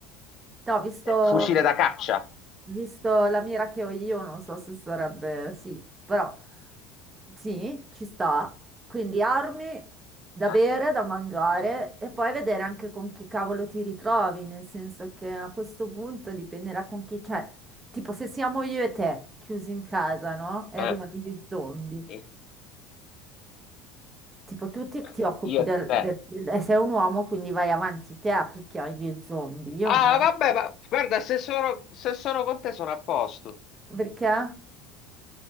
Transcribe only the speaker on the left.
eh, fucile da caccia.
Eh,
eh,
eh,
sì.
Eh,
Io e
te.
Ah,
vabbè, ma guarda, se sono, se sono con te sono a posto.